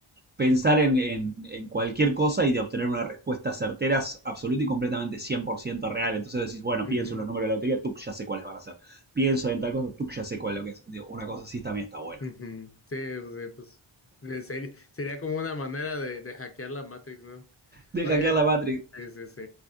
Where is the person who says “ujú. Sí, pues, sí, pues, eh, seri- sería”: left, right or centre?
Left